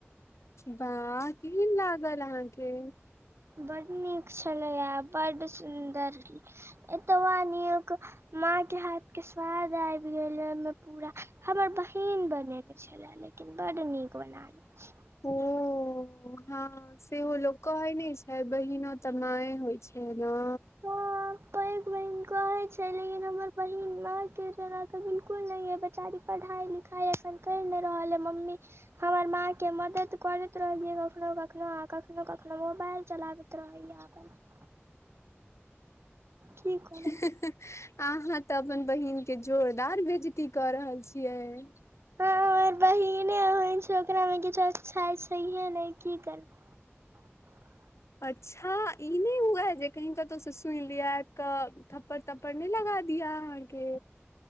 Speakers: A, on the left; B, on the right.
A: बाह केहिन लागल अहांके
B: बड निक छलैया, बड सुन्दर एतबा निक माँ के हाथ के स्वाद आबि गेलै ओय मे पूरा, हमर बहिन बनेने छ ले लेकिन बड निक बना लै छै।
A: हम्म हँ सेहो लोक कहै नै छै, बहिनो त मांए होइ छै ना।
B: हं पैघ बहिन के लेकिन हमर बहिन नाम के जरा बिलकुल बेचारी पढ़ाइ लिखाइ कहि नै रहलै मम्मी हमर माँके मदद करैत रहै छै कखनो कखनो आ कखनो कखनो मोबाइल चलाबैत रहैये। हँ <unintelligible> की करब
A: हेहे अहाँ तऽ अपन बहिन के जोरदार बेइजती कऽ रहल छियै।
B: ह हमर बहिने ओहेन छै ओकरा में किछु अच्छा छैहे नै की करियै। <inaudible>
A: अच्छा इ नै हुए है जे कही कतौ से सुन लिए त थपर थपड़ नै लगा दिया अहाँके।